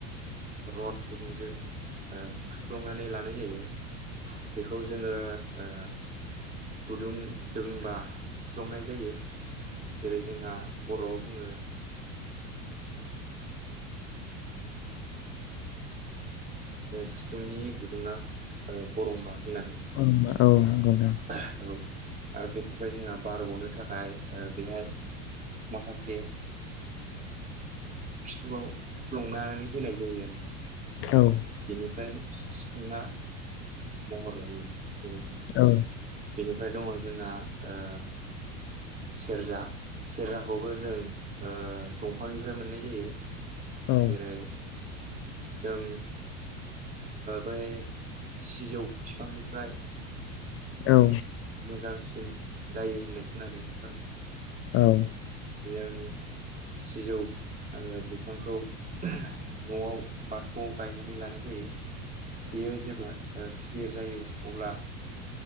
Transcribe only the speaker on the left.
औ नंगौ नोंथां
औ
औ
औ
औ
औ